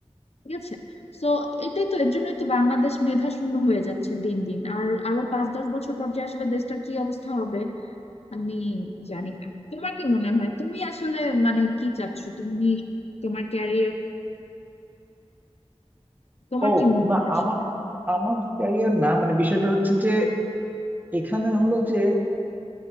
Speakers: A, on the left; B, on the right.
A: ঠিক আছে সো এটাই তো এর জন্যই তো বাংলাদেশ মেধা শূন্য হয়ে যাচ্ছে দিন দিন আর আরো পাঁচ দশ বছর পর যে আসলে দেশটার কি অবস্থা হবে আমি জানি না তোমার কি মনে হয় তুমি আসলে মানে কি চাচ্ছ তুমি তোমার ক্যারিয়ার তোমার
B: ও
A: কি মনে
B: না
A: হয় আসলে
B: আমার আমার ক্যারিয়ার না মানে বিষয়টা হচ্ছে যে এখানে হলো যে